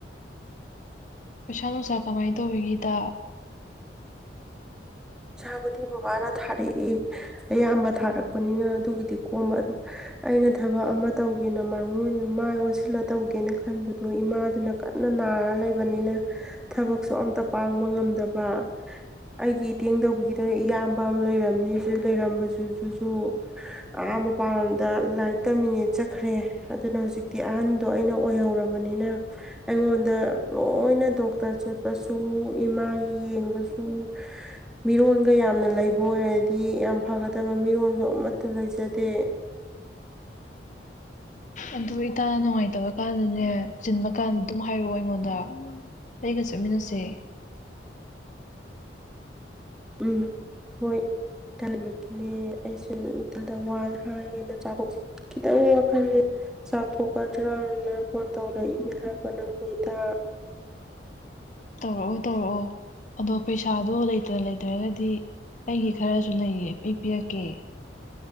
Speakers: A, on the left; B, in the centre.
A: ꯄꯩꯁꯥ ꯅꯨꯡꯁꯥ ꯀꯃꯥꯏꯅ ꯇꯧꯔꯤꯒꯦ ꯏꯇꯥ
B: ꯄꯩꯁꯥꯕꯨꯗꯤ ꯕꯕꯥꯅ ꯊꯥꯔꯛꯑꯦ ꯑꯌꯥꯝꯕ ꯊꯥꯔꯛꯄꯅꯤꯅ ꯑꯗꯨꯒꯤꯗꯤ ꯀꯣꯝꯕ ꯑꯗꯨ ꯑꯩꯅ ꯊꯕꯛ ꯑꯃ ꯇꯧꯒꯦꯅ <unintelligible> ꯃꯥꯏ ꯑꯣꯟꯁꯤꯜꯂ ꯇꯧꯒꯦꯅ ꯈꯟꯕꯗꯣ ꯏꯃꯥꯗꯨꯅ ꯀꯟꯅ ꯅꯥꯔ ꯇ ꯂꯩꯕꯅꯤꯅ ꯊꯕꯛꯁꯣ ꯑꯝ ꯄꯥꯡꯕ ꯉꯝꯗꯕ ꯑꯩꯒꯤ ꯏꯇꯦꯡ ꯇꯧꯕꯒꯤꯗ ꯏꯌꯥꯝꯕ ꯑꯃ ꯂꯩꯔꯝꯅꯤ ꯂꯩꯔꯝꯕꯨꯁꯨ ꯑꯍꯥ ꯃꯄꯥꯥꯟ ꯂꯝꯗ ꯂꯥꯏꯔꯤꯛꯇꯃꯤꯅꯦꯠ ꯆꯠꯈ꯭ꯔꯦ ꯑꯗꯨꯅ ꯍꯧꯖꯤꯛꯇꯤ ꯑꯍꯟꯗꯣ ꯑꯩꯅ ꯑꯣꯏꯍꯧꯔꯕꯅꯤꯅ ꯑꯩꯉꯣꯟꯗ ꯂꯣꯏꯅ ꯗꯣꯛꯇꯔ ꯆꯠꯄꯁꯨ ꯏꯃꯥꯒꯤ ꯌꯦꯡꯕꯁꯨ ꯃꯤꯔꯣꯟꯒ ꯌꯥꯝꯅ ꯂꯩꯕ ꯑꯣꯏꯔꯗꯤ ꯗꯤ ꯌꯥꯝ ꯐꯒꯗꯕ ꯃꯤꯔꯣꯜꯁꯨ ꯑꯃꯠꯇ ꯂꯩꯖꯗꯦ
A: ꯑꯗꯨ ꯏꯇꯥꯅ ꯅꯨꯡꯉꯥꯏꯇꯕ ꯀꯥꯟꯗꯅꯦ ꯆꯤꯟꯕ ꯀꯥꯟꯗ ꯑꯗꯨꯝ ꯍꯥꯏꯔꯛꯑꯣ ꯑꯩꯉꯣꯟꯗ ꯑꯩꯒ ꯆꯠꯃꯤꯟꯅꯁꯦ
B: ꯎꯝ ꯍꯣꯏ ꯏꯊꯜꯃꯛꯀꯤꯅꯦ ꯑꯩꯁꯨ ꯏꯊꯗ ꯋꯥ ꯍꯥꯏꯒꯦꯅ ꯆꯥꯛ <unintelligible> ꯈꯤꯗꯥꯪꯪ ꯗꯤ ꯋꯈꯟꯁꯤ ꯆꯥꯛ ꯊꯣꯛꯇ ꯅꯡꯅ ꯐꯣꯟ ꯇꯧꯔꯛꯏꯅꯦ ꯄꯍꯔꯛꯞ ꯅꯥꯪꯗꯤ ꯏꯇꯥ
A: ꯇꯧꯔꯛꯑꯣ ꯇꯧꯔꯛꯑꯣ ꯑꯗꯣ ꯄꯩꯁꯥꯗꯣ ꯂꯩꯇ꯭ꯔ ꯂꯩꯇ꯭ꯔꯒꯗꯤ ꯑꯩꯒꯤ ꯈꯔꯁꯨ ꯂꯩꯌꯦ ꯑꯩ ꯄꯤꯔꯛꯀꯦ